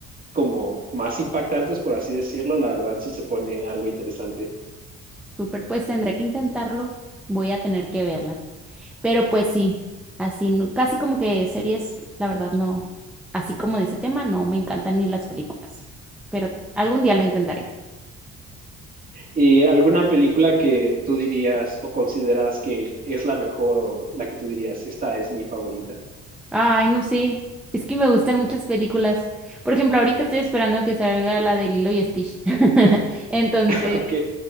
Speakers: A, on the right; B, in the centre.
A: como más impactantes, por así decirlo, la verdad sí se pone algo interesante.
B: Super, pues tendré que intentarlo. Voy a tener que verla. Pero pues sí, así, no- casi como que series, la verdad no, así como de ese tema, no me encantan ni las películas. Pero algún día lo intentaré.
A: ¿Y alguna película que tú dirías o consideras que es la mejor o la que tú dirías, esta es mi favorita?
B: Ay, no sé. Es que me gustan muchas películas. Por ejemplo, ahorita estoy esperando que salga la de Lilo y Stitch. <laughs> Entonces.
A: <laughs> ok.